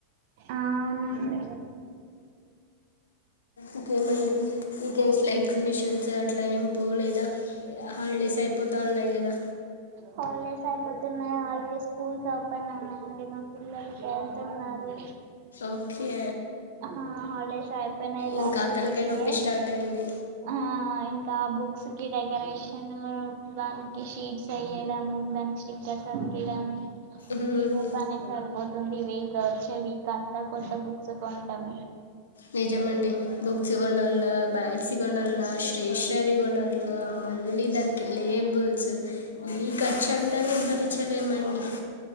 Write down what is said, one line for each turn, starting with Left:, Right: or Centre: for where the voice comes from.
Right: ఆ అవునండి
Left: ఇంకేమండి వీకెండ్స్ లో ఎగ్జిబిషన్స్ అట్ల ఎంపోలేద హాలిడేస్ అయిపోత ఉన్నాయ్ కదా
Right: హాలిడేస్ అయిపోతున్నాయి హాలిడేస్ స్కూల్స్ ఓపెన్ అయినాయండి మా పిల్లల వెళ్తున్నారు
Left: ఓకే
Right: ఆ హాలిడేస్ అయిపోనాయి
Left: ఇంకా
Right: లాస్ట్
Left: తలకాయ
Right: వీకే
Left: నొప్పి స్టార్ట్ అయింది
Right: ఆ ఇంక బుక్స్ కి డెకరేషన్ దానికి షీ షీట్స్ వేయడము దానికి స్టిక్కర్స్ అతికీడము
Left: హ్మ్.
Right: ఇదే పని సరిపోతుంది వీక్ వచ్చే వీక్ అంతా కొత్త బుక్స్ కొంటం
Left: నిజం అండి బుక్స్ కొనల బ్యాగ్స్ కొనల్ల స్టేషనరీ కొనాల ఇల మళ్ళీ దానికి లేబుల్స్
Right: <unintelligible>
Left: ఈ ఖర్చు అంతానే భరించలేమండి